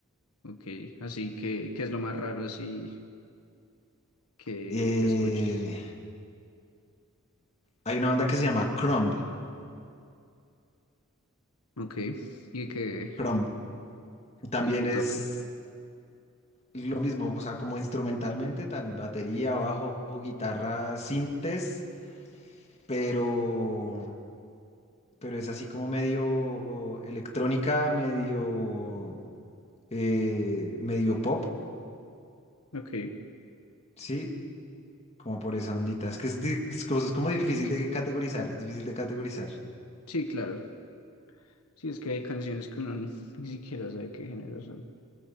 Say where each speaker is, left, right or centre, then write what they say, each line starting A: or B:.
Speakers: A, on the left (about 85°); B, on the left (about 30°).
A: Ok, así que, ¿qué es lo más raro así que,
B: Eh,
A: que escuches?
B: hay una banda que se llama Crumb.
A: Ok, y que,
B: Crumb. También
A: de qué
B: es
A: tocan.
B: lo mismo, o sea, como instrumentalmente, tan batería, bajo, guitarra, sintes, pero, pero es así como medio electrónica, medio, eh, medio pop,
A: Ok,
B: ¿sí? Como por esa ondita. Es que es, di- es como es como difícil de categorizar, es difícil de categorizar.
A: sí, claro. Sí, es que hay canciones que uno n- ni siquiera sabe qué género son.